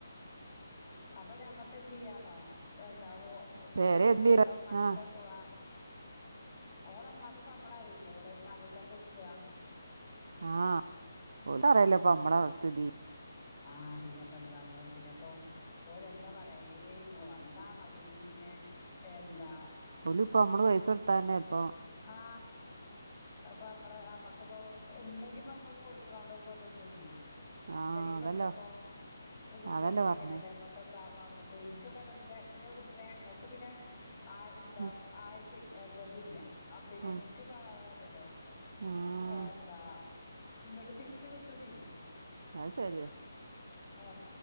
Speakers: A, on the left; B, on the right.
A: അപ്പൊ ഞമ്മക്ക്ന്ത് യ്യന്നോ എന്താ ഓ
B: പേരെ
A: ഓള മാന്റെ
B: ആഹ്
A: ട് തണ്ട് പോവാ ഓളമ്മാക്ക് ഇപ്പ നമ്മള അറിയില്ലേ ഓളമാട്ത്തങ് കൊടുക്കുക
B: ആ ഓൽക്കഅറയില്ലേ പ്പ നമ്മളെ സ്ഥിതി
A: ആ പിന്നെപ്പ എന്താ നമ്മള് പിന്നെപ്പോഓര് എന്താ പറയാഏ നിങ്ങൾ വന്നാ മതി പിന്നെ എന്താ
B: ഓലിപ്പമ്മൾ പയസടുത്ത തന്നെ ഇപ്പം
A: ആ അപ്പൊ നമ്മള നമ്മക്കിപ്പോ ഇണ്ടാങ്കി ഇപ്പം നമ്മക്ക് കൊടുക്കണോണ്ടപ്പ അതൊന്നുല്ലേ
B: ആഹ്
A: ഉണ്ടെങ്കി ഇപ്പ
B: അതല്ലോ
A: എന്താപ്പൊ ഒരു കുട്ടിനെ
B: അതല്ലേ
A: കെട്ടിക്കണല്ലേ
B: പറഞ്ഞേ
A: അമ്മക്ക് എന്താമ്മ എനിക്കപ്പ എന്റെ എന്റെ കുട്ടിനെ ഇങ്ങക്ക് പിന്നെ ആ എന്താ
B: ആഹ്
A: ആയിട്ട <unintelligible> ആ പിന്നെ
B: ആഹ്
A: എനിക്ക് അതല്ലോല്ലേ
B: ആഹ്
A: എന്താ ഇങ്ങിട്ട് തിരിച് കിട്ടും ചെയ്യും
B: അത് ശരിയ
A: ഏ